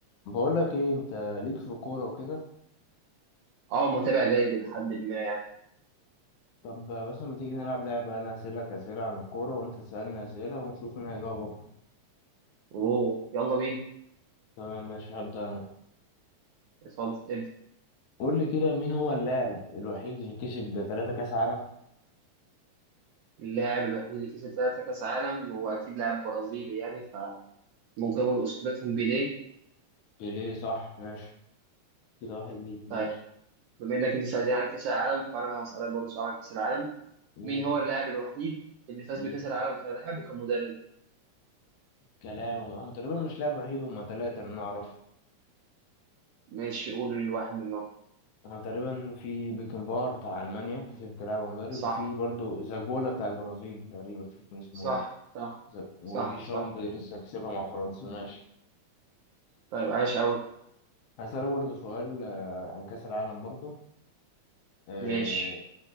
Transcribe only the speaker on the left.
بقول لك ايه انت ليك في الكوره وكده
طب مثلا ما تيجي نلعب لعبه انا اسالك اسئله عن الكوره وانت تسالني اسئله ونشوف مين هيجاوب اكتر
تمام ماشي هبدا انا
قول لي كده مين هو اللاعب الوحيد اللي كسب ثلاثة كاس عالم
بيليه صح ماشي كده واحد ليك ماشي
قول
مم.
كلاعب هم تقريبا مش لاعب وحيد هم ثلاثه اللي انا اعرفه
هم تقريبا في بيكنبار بتاع المانيا كسب كلاعب ومدرب
وفي برضه زاجولا بتاع البرازيل تقريبا مش فاكر اسمه
ايه
ز- ودي
شامب
لسه كسبها مع فرنسا ماشي
هسألك برضه سؤال آه، عن كأس العالم برضه آه،